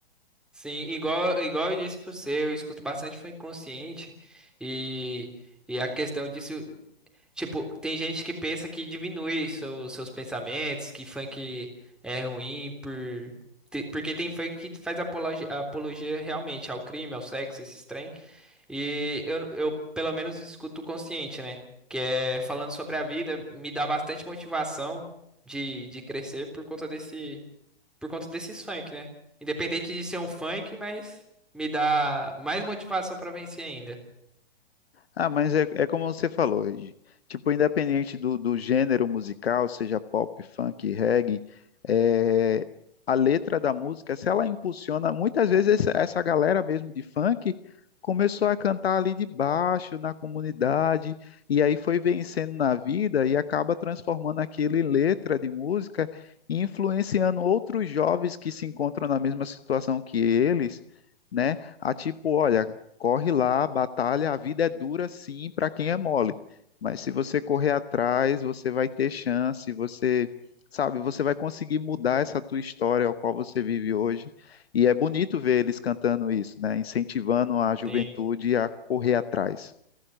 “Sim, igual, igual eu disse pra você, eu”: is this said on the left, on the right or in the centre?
Centre